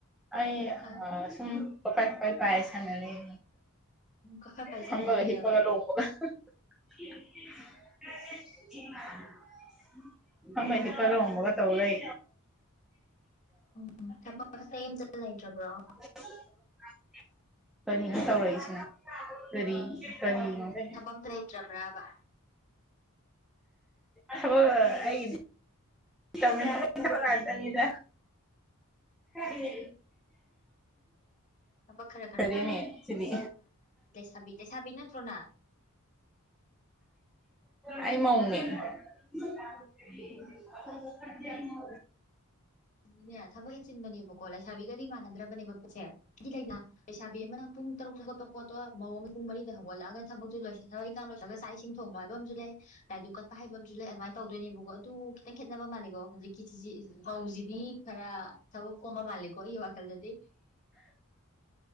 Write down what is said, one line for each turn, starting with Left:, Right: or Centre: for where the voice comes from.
Centre: ꯑꯩ
Left: ꯑꯥ
Centre: ꯁꯨꯝ ꯀꯣꯄꯥꯏ ꯀꯣꯄꯥꯏ ꯄꯥꯏ ꯁꯥꯟꯅꯔ ꯂꯩ
Left: ꯀꯐꯥꯏ ꯄꯥꯏ
Centre: ꯐꯝꯕꯒ
Left: ꯁꯥꯟꯅꯔꯤꯑꯕ
Centre: ꯍꯤꯞꯄꯒ ꯂꯣꯡꯕꯒ <unintelligible> ꯐꯝꯕꯒ ꯍꯤꯞꯄꯒ ꯂꯣꯡꯕꯒ ꯇꯧ ꯂꯩ
Left: ꯎꯝ ꯊꯕꯛ ꯑꯇꯩ ꯑꯃꯇ ꯂꯩꯇ꯭ꯔꯕ꯭ꯔꯣ
Centre: ꯎ <inaudible> ꯀꯔꯤꯅꯣ ꯇꯧꯔꯛꯏꯁꯤꯅ ꯀꯔꯤ ꯀꯔꯤꯅꯣ ꯀ
Left: ꯊꯕꯛ ꯑꯝꯇ ꯂꯩꯇ꯭ꯔꯕ꯭ꯔꯕ
Centre: ꯊꯕꯛ ꯑꯩ ꯊꯕꯛꯀꯤ ꯊꯕꯛ ꯉꯥꯛꯇꯅꯤꯗ ꯀꯔꯤ
Left: ꯊꯕꯛ ꯈꯔ
Centre: ꯐꯖꯔꯦꯅꯦ ꯁꯤꯗꯤ
Left: ꯁꯕꯤ ꯂꯩꯁꯥꯕꯤ ꯅꯠꯇ꯭ꯔꯣ ꯅꯪ
Centre: ꯑꯩ ꯃꯧꯅꯦ <unintelligible>
Left: ꯁꯤꯅꯦ ꯊꯕꯛ ꯌꯥꯝ ꯆꯤꯟꯕꯅꯦꯕꯀꯣ ꯂꯩꯁꯥꯕꯤꯒꯗꯤ ꯃꯥꯟꯅꯗ꯭ꯔꯕꯅꯦꯕ ꯄꯣꯠꯁꯦ ꯂꯩꯗꯅ ꯂꯩꯁꯥꯕꯤ ꯑꯃꯅ ꯄꯨꯡ ꯇꯔꯨꯛꯇ ꯍꯧꯒꯠꯄ ꯄꯣꯠꯇꯣ ꯃꯧ ꯑꯃꯅ ꯄꯨꯡ ꯃꯔꯤꯗ ꯍꯧꯒꯠꯂꯒ ꯊꯕꯛꯇꯨ ꯂꯣꯏꯁꯟꯂꯛꯑꯒ ꯊꯕꯛ ꯢꯟꯈꯥꯡ ꯂꯣꯏꯁꯤꯜꯂꯒ ꯆꯥꯛ ꯏꯁꯤꯡ ꯊꯣꯡꯕ ꯍꯥꯏꯕ ꯑꯃꯁꯨ ꯂꯩ ꯂꯥꯏꯗꯨꯛ ꯀꯠꯄ ꯍꯥꯏꯕ ꯑꯃꯁꯨ ꯁꯨ ꯂꯩ ꯑꯗꯨꯃꯥꯏꯅ ꯇꯧꯗꯣꯏꯅꯦꯕꯀꯣ ꯑꯗꯨ ꯈꯤꯇꯪ ꯈꯦꯠꯅꯕ ꯃꯥꯂꯦꯀꯣ ꯍꯧꯖꯤꯛꯀꯤ ꯆꯦꯆꯦ ꯃꯧ ꯃꯤ ꯈꯔ ꯊꯕꯛ ꯀꯣꯝꯕ ꯃꯥꯜꯂꯦꯀꯣ ꯑꯩꯒꯤ ꯋꯥꯈꯜꯗꯗꯤ